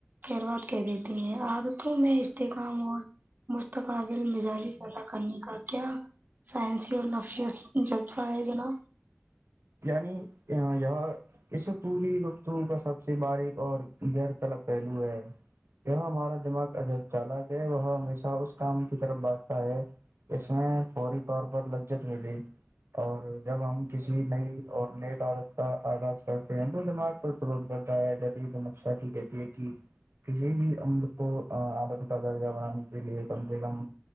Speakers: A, on the right; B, on the right.
A: کروات کہ دیتے ہیں عادتوں میں استحکام اور مستقابل مزاجی پیدا کرنے کا کیا سائنسی اور نفشیت جذبہ ہے جناب
B: یعنی یہاں اس و پوری گفتو کا سب سے باریک اور غیر طلب پہلو ہے یہاں ہمارا دماغ اجب چالک ہے وہ ہمیشہ اس کی طرف بٹتا ہے اس میں فوری طور پر لججت ملی اور جب ہم کسی نئی اور نئے تازق کا آغاز کرتے ہیں وہ دماغ پر رول کرتا ہے جبید تو نقشہ کی کہتے یہ کہ کسی بھی ہم لوگ کو آدر کا درجہ بنانے کے لیے کم سے کم